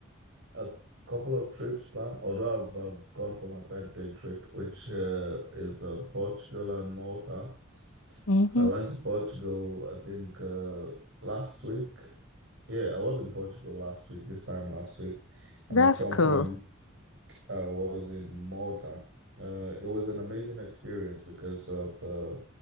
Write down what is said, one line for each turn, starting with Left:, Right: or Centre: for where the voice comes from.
Right: a couple of trips planned, although I've, I've gone for my birthday trip, which uh, is uh, Portugal and Malta.
Left: <laughs>
Right: So I
Left: hmm
Right: went to Portugal, I think uh, last week. Yeah, I was in Portugal last week, this time last week. And
Left: That's
Right: at some
Left: cool.
Right: point, I was in Malta. Uh, it was an amazing experience because of the